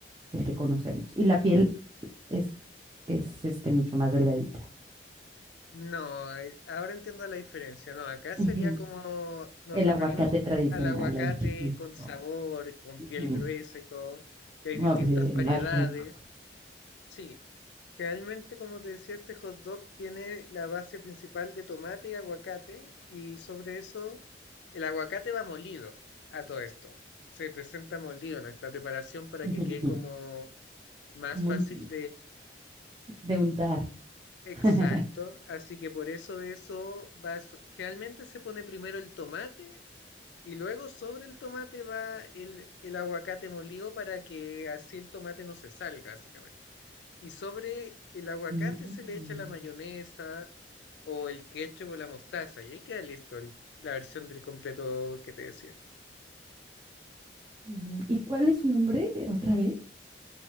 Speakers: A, on the right (about 25°); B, on the left (about 75°).
A: el que conocemos. Y la piel es, es este, mucho más delgadita.
B: No, eh, ahora entiendo la diferencia. No, acá sería
A: Ujú.
B: como nos
A: El
B: referimos
A: aguacate tradicional,
B: al aguacate
A: el chiquito.
B: con sabor, con
A: Ujú.
B: piel gruesa y todo, que hay
A: No,
B: distintas
A: pues sí, el
B: variedades.
A: más rico.
B: Sí, realmente como te decía, este hot dog tiene la base principal de tomate y aguacate y sobre eso el aguacate va molido a todo esto. Se presenta molido en esta preparación para
A: Ujú,
B: que quede
A: ujú.
B: como más
A: Como
B: fácil
A: un, de untar.
B: Exacto,
A: <laughs>
B: así que por eso eso va, so- generalmente se pone primero el tomate y luego sobre el tomate va el, el aguacate molido para que así el tomate no se salga, básicamente. Y sobre el aguacate
A: Mm.
B: se le echa la mayonesa o el ketchup o la mostaza y ahí queda listo el- la versión del completo que te decía.
A: Ujú. ¿Y cuál es su nombre eh, otra vez?